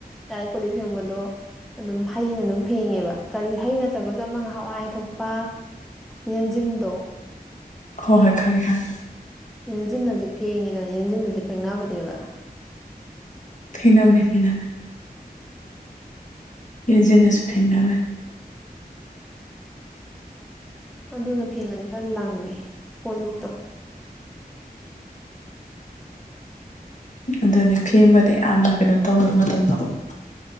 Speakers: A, in the centre; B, on the left.
A: ꯆꯥꯏ ꯀꯣꯂꯤꯛ ꯐꯦꯡꯕꯗꯣ ꯑꯗꯨꯝ ꯍꯩꯅ ꯑꯗꯨꯝ ꯐꯦꯡꯉꯦꯕ ꯀꯔꯤ ꯍꯩ ꯅꯠꯇ꯭ꯔꯒꯁꯨ ꯑꯃꯒ ꯍꯥꯟꯋꯥꯏ ꯊꯣꯛꯄ ꯌꯦꯟꯁꯤꯟꯗꯣ
B: ꯍꯣ ꯍꯣꯏ ꯈꯪꯉꯦ ꯈꯪꯉꯦ
A: ꯌꯦꯟꯖꯤꯟꯅꯖꯨ ꯐꯦꯡꯉꯤꯗꯅ ꯌꯦꯟꯖꯤꯟꯅꯁꯨ ꯐꯦꯡꯅꯕꯅꯦꯕ
B: ꯐꯦꯡꯅꯕꯅꯦ ꯐꯦꯡꯅꯕꯅꯦ ꯌꯦꯡꯖꯥꯟꯅꯁꯨ ꯐꯦꯡꯅꯕꯅꯤ
A: ꯑꯗꯨꯅ ꯐꯦꯡꯉꯗꯤ ꯈꯔ ꯂꯪꯉꯦ ꯀꯣꯂꯤꯛꯇꯣ
B: ꯑꯗꯨꯅꯦ ꯐꯦꯡꯕꯗ ꯌꯥꯝꯅ ꯀꯩꯅꯣ ꯇꯧꯋꯦꯕ ꯃꯇꯝ ꯂꯧꯋꯦꯕ